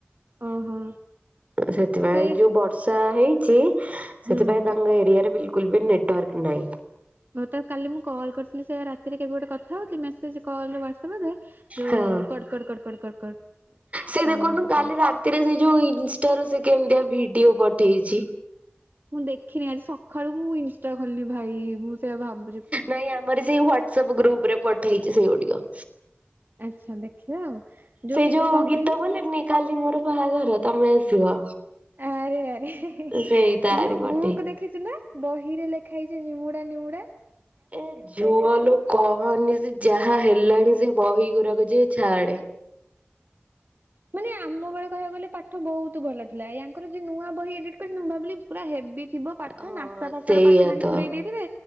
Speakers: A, on the right; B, on the right.
A: ଓହୋ
B: ସେଥିପାଇଁ
A: ସେ
B: ଯୋଉ ବର୍ଷା ହେଇଚି
A: ହୁଁ।
B: ସେଥିପାଇଁ ତାଙ୍କ ଏରିଆରେ ବିଲକୁଲ ବି ନେଟୱାର୍କ ନାହିଁ।
A: ହଉ ତାକୁ କାଲି ମୁଁ କଲ୍ କରିଥିଲି ସେ ରାତିରେ କେବେ ଗୋଟେ କଥାହଉଥିଲି ମେସେଜ୍ କଲ୍ ହ୍ୱାଟସପ୍ <unintelligible> ଯୋଉ
B: ହଁ
A: କଡ଼, କଡ଼, କଡ଼, କଡ଼, କଡ, କଡ
B: ସେ
A: ସାଉଣ୍ଡ
B: ଦେଖୁନୁ
A: ହଉଥିଲା।
B: କାଲି ରାତିରେ ସେ ଯୋଉ ଇନଷ୍ଟା ରୁ ସେ କେମିତିଆ ଭିଡିଓ ପଠେଇଛି।
A: ମୁଁ ଦେଖିନି ଆଜି ସଖାଳୁ ମୁଁ ଇନଷ୍ଟା ଖୋଲିନି ଭାଇ ମୁଁ ସେଇଆ ଭାବୁ
B: ନାଇଁ ଆମର ସେଇ ହ୍ଵାଟସଆପ୍ ଗ୍ରୁପ ରେ ପଠେଇଛି ସେଇ ଗୋଟିକ
A: ଆଚ୍ଛା ଦେଖିବା ଆଉ
B: ସେଇ
A: ଯୋଉ କଣ୍
B: ଗୀତ
A: କହିଲୁ?
B: ବୋଲେନି କାଲି ମୋର ବାହାଘର ତମେ ଆସିବ।
A: ଆରେ ଆରେ ଝୋଉ
B: ସେଇ ତାରି ପଠେଇଛି
A: ବୁକ ଦେଖ ଦେଖିଛୁ ନା ବହିରେ ଲେଖା ହେଇଛି ନିମୁଡ଼ା ନିମୁଡ଼ା।
B: ଏ ଝୁଅ ଲୋ କହନି ସେ ଯାହା ହେଲାଣି ସେ ବହି ଗୁଡାକ ଯେ ଛାଡେ।
A: ମାନେ ଆମ ବେଳେ କହିବାକୁ ଗଲେ ପାଠ ବହୁତ ଭଲ ଥିଲା ୟାଙ୍କର ଯୋ ନୂଆ ବହି ଏଡି ମୁଁ ଭାବିଲି ପୁରା ହେବିଥିବ ପାଠ
B: ହଁ
A: ନାସା ଫାସ
B: ସେଇଆ
A: ର ପାଠ ଆଣି
B: ତ।
A: ପୁରାଇ ଦେଇଥିବେ।